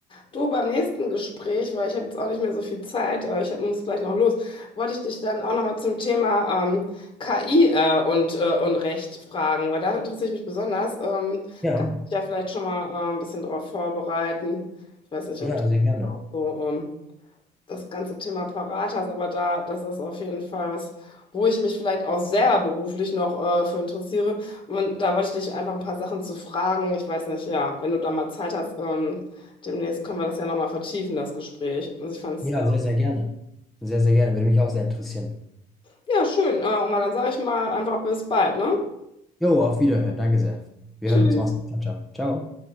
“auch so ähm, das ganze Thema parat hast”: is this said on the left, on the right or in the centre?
Left